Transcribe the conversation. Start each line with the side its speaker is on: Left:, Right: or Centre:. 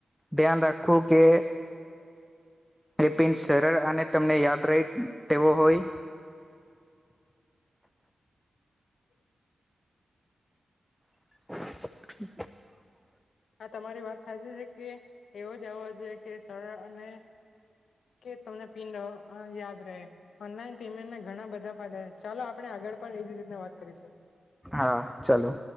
Centre: ધ્યાન રાખવું કે એપિન સરળ અને તમને યાદ રહી તેવો હોય.
Left: <inaudible>
Centre: <inaudible>
Left: હા તમારી વાત સાચી છે કે એવો જવો જોઈ કે સરળ અને તમને પિંડ યાદ રહે. ઓનલાઈન પેમેન્ટ ના ઘણા બધા ફાયદા ચાલો આપણે આગળ પણ એ રીત વાત કરીશું.
Centre: હા ચાલો